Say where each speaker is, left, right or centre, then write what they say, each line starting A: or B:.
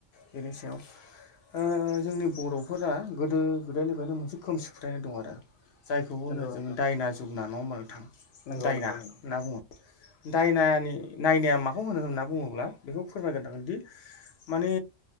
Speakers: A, on the left; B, on the left.
A: बेनि सायाव ओ जोंनि बर' फोरा गोदो गोदायनिफ्रायनो मोनसे खोमसि फोथायनाय दं आरो जायखौ होनो
B: नंगौ
A: जोङो
B: नोंथां
A: दायना जोगना नआ मोन थां
B: नंगौ
A: दायना
B: नोंथां नंगौ
A: होनना बुङो! दायनानि नायनाया माखौ होनो होनना बुङोब्ला बेखौ फोरमायग्रांगोनदि माने